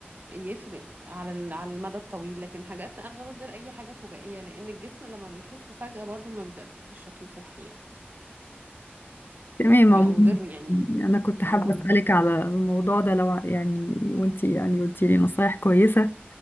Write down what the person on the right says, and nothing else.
يفرق على ال- على المدى الطويل لكن الحاجات أنا ضد أي حاجة فجائية لأن الجسم لما بيخس فجأة برضو ما بيبقاش شكله صحي يعني
بيبقى
مضر يعني
فاهمة